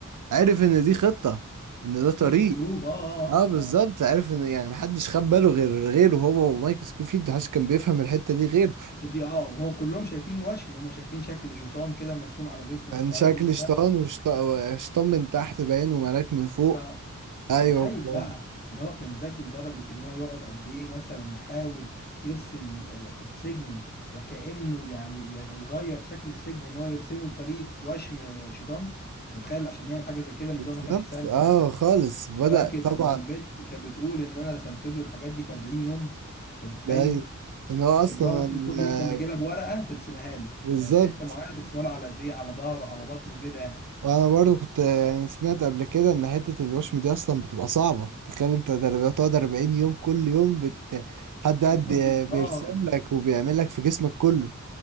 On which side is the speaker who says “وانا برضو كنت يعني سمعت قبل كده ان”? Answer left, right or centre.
Right